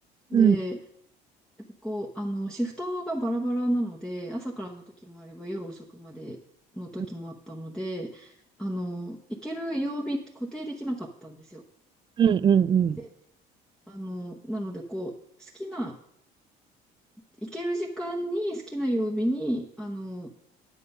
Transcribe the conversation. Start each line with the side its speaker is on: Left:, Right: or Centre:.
Centre: で
Right: うん
Centre: やっぱこう、あの、シフトがバラバラなので、朝からの時もあれば夜遅くまでの時もあったので、
Right: うん
Centre: あの、行ける曜日固定できなかったんですよ。
Right: うんうん。
Centre: で、あの、なのでこう、好きな、行ける時間に好きな曜日に、あの、